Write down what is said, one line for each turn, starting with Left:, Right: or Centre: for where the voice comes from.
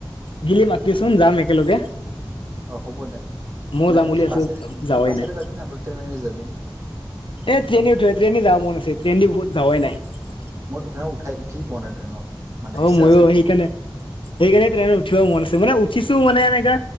Left: গিলি মাতিচোন যাম একেলগে।
Right: অ হ'ব দে।
Left: ময়ো
Right: মানে
Left: যাম বুলি
Right: কি
Left: আছো
Right: বাছে
Left: যাৱাই
Right: বাছেৰে
Left: নাই
Right: যাবি ন আৰ ট্ৰেৰেনেৰে যাবি।
Left: এ ট্ৰেইন উঠোৱে ট্ৰেইন যা মন আছে ট্ৰেইন দি বহুত যাৱাই নাই।
Right: মই ত উঠাই উঠি পোৱা নাই ট্ৰেইনত। মানে
Left: অ
Right: ইচ্ছা
Left: ময়ো
Right: আছে উঠিবলৈ
Left: সেইকাৰণে সেইকাৰণে ট্ৰেইনত উঠিব মন আছে মানে উঠিছো মানে এনেকা